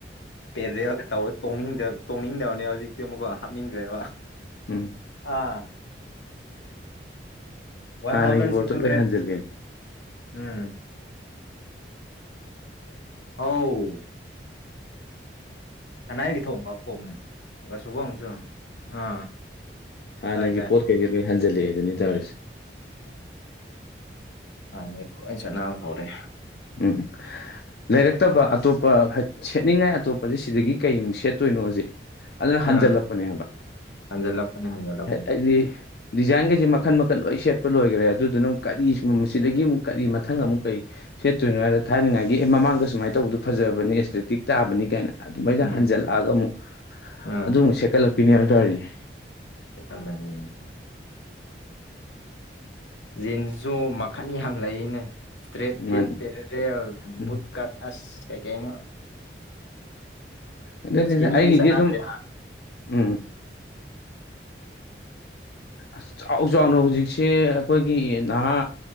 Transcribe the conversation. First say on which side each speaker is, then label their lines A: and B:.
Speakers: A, on the left; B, on the left.
A: ꯄꯦꯔ‌ꯦꯜꯒ ꯇꯧꯕ ꯇꯣꯡꯅꯤꯡꯗꯕ‌ ꯇꯣꯡꯅꯤꯡꯗꯕꯅꯦ ꯍꯧꯖꯤꯛꯇꯤ ꯑꯃꯨꯛꯀ ꯍꯥꯞꯅꯤꯡꯈꯔ‌ꯦꯕ
B: ꯎꯝ
A: ꯑꯥ ꯋꯥꯟ
B: ꯍꯥꯟꯅꯒꯤ
A: ꯊꯥꯎꯖꯟ
B: ꯄꯣꯠꯇꯣ
A: ꯁꯤꯛꯁ ꯍꯟꯗ꯭ꯔꯦꯛ
B: ꯂꯣꯏ ꯍꯟꯖꯤꯜꯂꯛꯑꯦ
A: ꯎꯝ ꯑꯧ ꯀꯅꯥꯏꯒꯤ ꯊꯣꯡꯕ ꯈꯣꯝ ꯁꯨꯕ ꯑꯃꯁꯨ ꯑꯥ
B: ꯍꯥꯟꯅꯒꯤ
A: ꯇꯥꯏ
B: ꯄꯣꯠ ꯀꯩꯀꯩ ꯂꯣꯏ ꯍꯟꯖꯜꯂꯛꯑꯦ ꯗꯨꯅꯤ ꯇꯧꯔꯤꯁꯦ
A: ꯑꯥ ꯃꯤ ꯂ‌ꯣꯏ ꯆꯠꯅꯍꯧꯔꯦ
B: ꯎꯝ ꯂꯩꯔꯛꯇꯕ ꯑꯇꯣꯞꯄ ꯁꯦꯠꯅꯤꯡꯉꯥꯏ ꯑꯇꯣꯞꯄꯗꯤ ꯁꯤꯗꯒꯤ ꯀꯩꯃꯨꯛ ꯁꯦꯠꯇꯣꯏꯅꯣꯁ‌ꯦ ꯑꯗꯨꯅ ꯍꯟꯖꯤꯜꯂꯛꯄꯅꯦ
A: ꯑꯥ
B: ꯍꯥꯏꯕ
A: ꯍꯟꯖꯜꯂꯛꯄꯅꯦ ꯍꯟꯖꯜꯂꯛꯄꯅꯦ
B: ꯍꯥꯏꯗꯤ ꯗꯤꯖꯥꯏꯟꯈꯩꯁꯦ ꯃꯈꯟ ꯃꯈꯟ ꯂꯣꯏ ꯁꯦꯠꯄ ꯂꯣꯏꯈꯔꯦ ꯑꯗꯨꯗꯨꯅ ꯑꯃꯨꯛ ꯀꯔꯤ ꯃꯁꯤꯗꯒꯤ ꯑꯃꯨꯛ ꯀꯔꯤ ꯃꯊꯪ ꯑꯃꯨꯛ ꯀꯔꯤ ꯁꯦꯠꯇꯣꯏꯅꯣ ꯍꯥꯏꯔ ꯊꯅꯉꯥꯏꯒꯤ ꯑꯦ ꯃꯃꯥꯡꯗ ꯁꯨꯃꯥꯏ ꯇꯧꯕꯗꯨ ꯐꯖꯕꯅꯤ ꯑꯦꯁꯊ‌ꯦꯇꯤꯛ ꯇꯥꯕꯅꯤ ꯀꯥꯏꯅ ꯑꯗꯨꯃꯥꯏꯅ
A: ꯎꯝ
B: ꯍꯟꯖꯜꯂꯛꯑꯒ ꯑꯃꯨꯛ
A: ꯎꯝ
B: ꯑꯗꯨꯃꯨꯛ ꯁꯦꯠꯀꯠꯂꯛꯄꯤꯅꯦꯕ ꯇꯧꯔꯤꯖꯦ
A: <unintelligible> ꯖꯤꯟꯁꯖꯨ ꯃꯈꯟ ꯌꯥꯝ ꯂꯩꯌ‌ꯦꯅꯦ ꯏꯁꯇ꯭ꯔꯦꯠ ꯐꯤꯠ
B: ꯃꯥꯅꯤ
A: ꯄꯦꯔꯦꯔꯦꯜ
B: ꯎꯝ
A: ꯕꯨꯠ ꯀꯠ ꯑꯁ ꯀꯩꯀꯩꯅꯣ
B: ꯑꯗꯨꯅꯤꯗ
A: ꯏꯁꯀꯤꯅꯤꯗꯤ
B: ꯑꯩꯒꯤꯗꯤ
A: ꯆꯠꯅꯗꯔ‌ꯦ
B: ꯑꯗꯨꯝ
A: ꯍꯥ
B: ꯎꯝ ꯑꯁ ꯆꯥꯎ ꯆꯥꯎꯅ ꯍꯧꯖꯤꯛꯁꯦ ꯑꯩꯈꯣꯏꯒꯤ ꯅꯍꯥ